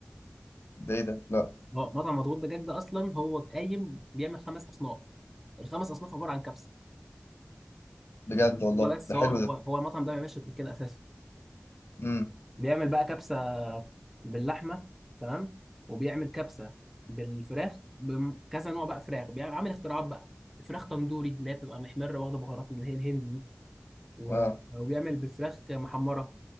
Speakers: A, on the left; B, in the centre.
A: ده ايه ده لا
B: اه مطعم مضغوط دجاج ده اصلا هو قايم بيعمل خمس اصناف الخمس اصناف عباره عن كبسه
A: بجد والله
B: هو بس
A: ده
B: هو
A: حلو
B: هو
A: ده
B: هو المطعم ده ما بيعملش غير كده اساسا
A: امم
B: بيعمل بقى كبسه باللحمه تمام وبيعمل كبسه بالفراخ بكذا نوع بقى فراخ بيعمل عامل اختراعات بقى فراخ تندوري اللي هي بتبقى محمره واخده بهارات اللي هي الهندي دي و-
A: اه
B: وبيعمل بفراخ محمره